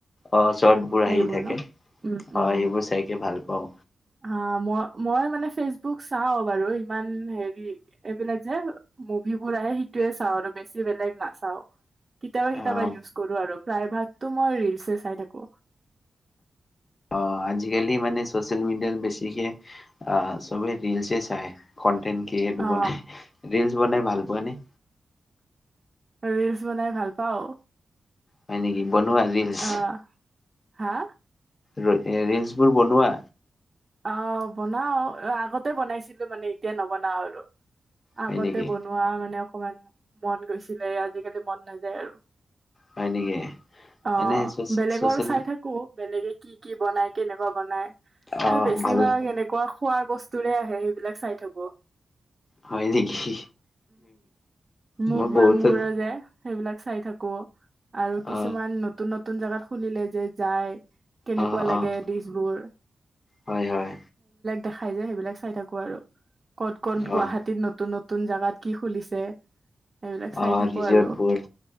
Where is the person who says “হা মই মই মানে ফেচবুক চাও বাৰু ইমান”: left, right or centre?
Right